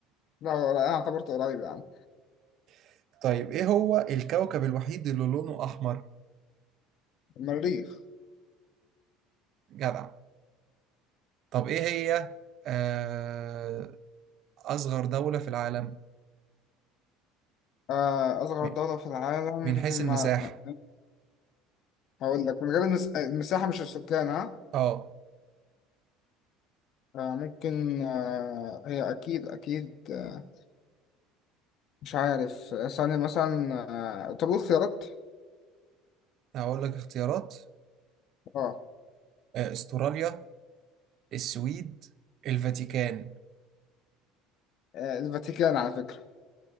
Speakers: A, on the left; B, on the right.
A: لا هو انا اعتبرته قريب يا عم
B: <laughs> طيب ايه هو الكوكب الوحيد اللي لونه أحمر
A: المريخ
B: جدع طب ايه هي آه، أصغر دولة في العالم
A: آه اصغر
B: من
A: دولة في العالم
B: من حيث المساحة
A: آه، هقول لك من غير المس... آه، المساحة مش السكان ها
B: اه
A: آه ممكن آه هي اكيد اكيد آه، مش عارف آه، ثانية مثلا آه طب قول خيارات
B: هقول لك اختيارات
A: اه
B: آه، استراليا السويد الفاتيكان
A: آه، الفاتيكان على فكرة